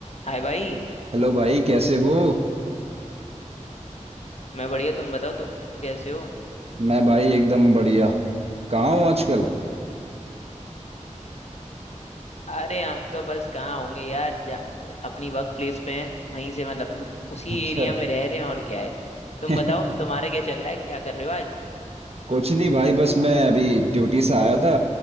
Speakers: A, on the left; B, on the right.
A: हाय भाई
B: Hello भाई कैसे हो
A: मैं बढ़िया तुम बताओ तुम कैसे हो
B: मैं भाई एकदम बढ़िया कहाँ हूँ आजकल
A: अरे हम तो बस कहाँ होंगे यार जा, अपनी वर्क प्लेस पे हैं वहीं से मतलब रू- उसी
B: अच्छा
A: एरिया में रह रहे हैं और क्या है
B: <laughs>
A: तुम बताओ तुम्हारा क्या चल रहा है क्या कर रहे हो आज
B: कुछ नहीं भाई बस मैं अभी ड्यूटी से आया था